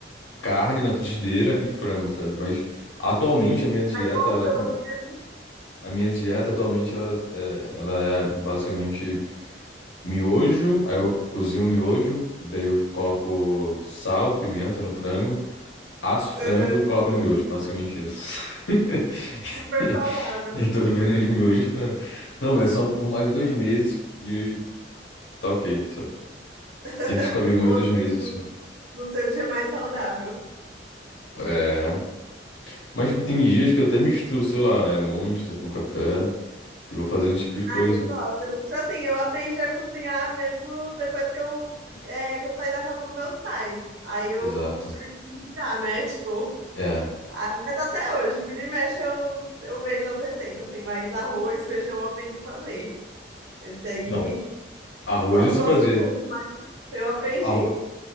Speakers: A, on the left; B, on the right.
A: carne na frigideira e frango, sabe? Mas atualmente a minha dieta,
B: ai bom
A: ela,
B: pelo
A: con-
B: menos.
A: a minha dieta atualmente ela, é- ela é basicamente Miojo, aí eu cozinho o miojo, daí eu coloco sal, pimenta no frango, asso o frango
B: Uhum,
A: e coloco no miojo, basicamente isso. <laughs>
B: super saudável.
A: E tô vivendo de miojo e frango. Não, mas só por mais dois meses e tá ok, sabe?
B: <laughs>
A: Tem que ficar vivo mais
B: Você
A: dois meses
B: no,
A: assim.
B: no seu dia mais saudável.
A: É. Mas tipo, tem dias que eu até misturo, sei lá, é Monster com café e vou fazendo esse tipo de
B: Ai,
A: coisa.
B: eu gosto. Eu, Tipo assim, eu aprendi a cozinhar mesmo depois que eu, é, que eu saí da casa dos meus pais. Aí eu
A: Exato.
B: co- tive que me virar, né? Tipo,
A: É.
B: Ai, mas até hoje, vira e mexe, eu, eu vejo as receitas, assim, mas arroz, feijão eu aprendi a fazer. Esse aí
A: Não, arroz
B: só
A: eu
B: não
A: sei
B: gosto
A: fazer.
B: muito, mas eu aprendi.
A: Arro...